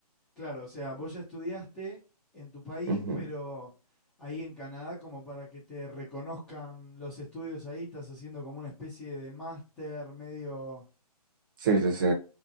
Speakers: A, in the centre; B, on the right (about 30°).
A: Claro, o sea, vos ya estudiaste en tu país,
B: Ujú.
A: pero ahí en Canadá, como para que te reconozcan los estudios ahí, estás haciendo como una especie de máster medio...
B: Sí, sí, sí.